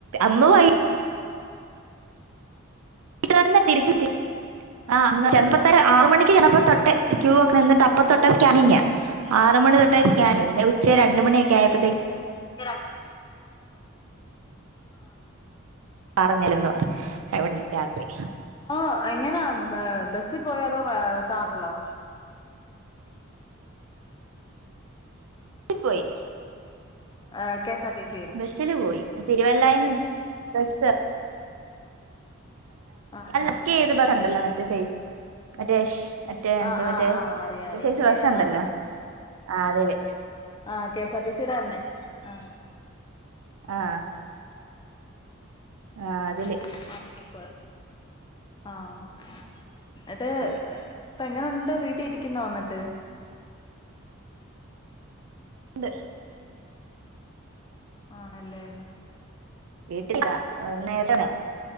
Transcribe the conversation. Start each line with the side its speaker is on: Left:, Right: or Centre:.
Right: അന്ന് വൈ വീട്ട തന്നെ തിരിച്ചെത്തി ആ അ ആറ മണിക്ക്ഞാപ്പ തൊട്ട ക്യൂ ഒക്കെ നിിട്ട് അപ്പം തൊട്ട സ്കാനിങ്്യാ ആറ് മണി തൊട്ടേ സ്കാനിംഗ് പിന്നെ ഉച്ച രണ്ടുമണിയൊക്കെ ആയപ്പോത്തെ
Left: പി ആ
Right: പറഞ്ഞിരുന്നു രാത്രി
Left: അപ്പൊ എങ്ങനാ ബസിൽ പോയാലോ കാറിലോ
Right: പോയി
Left: ആഹ് കേസാർടീസി
Right: ബസ്സില് പോയി തിരുവല്ലായിന്നു ബസ്
Left: ആഹ്
Right: അല്ലക്കെ
Left: ആഹ്
Right: ഏത് പ ഉണ്ടല്ലോ മറ്റേ സൈസ് മറ്റേ മറ്റേ എന്തോ
Left: ആഹ്
Right: മറ്റേ
Left: ആഹ് ആഹ് അറിയാം
Right: പ്രത്യേകിച്ച്
Left: അറിയാം
Right: രസുണ്ടല്ലോ
Left: ആഹ്
Right: ആ അതെല്ലേ
Left: ആഹ് കെ എസ് ആർ ടി സിയുടെ തന്നെ ആഹ്
Right: ആഹ് ആഹ് അതില്
Left: അതെ ആഹ് അത്
Right: പോയി
Left: ഇപ്പൊ എങ്ങനെ ഉണ്ട് വീട്ടിൽ ഇരിക്കുന്നോ ന്നിട്ട്
Right: എന്ത്
Left: ആണല്ലേ
Right: വീട്ടിലില്ല ഒന്ന നേട്ടന്